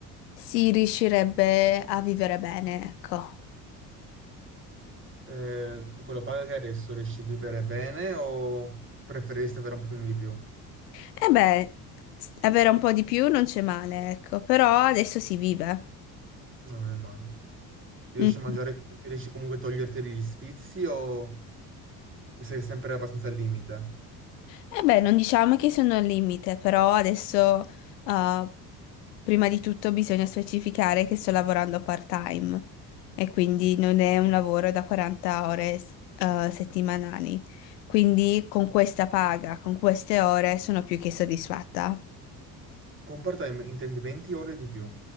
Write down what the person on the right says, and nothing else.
Eh, con la paga che hai adesso riesci a vivere bene o preferiresti avere un pochino di più?
No, non è male. Riesci
a mangiare, riesci comunque a toglierti degli sfizi o sei sempre abbastanza al limite?
Con part-time intendi 20 ore di più.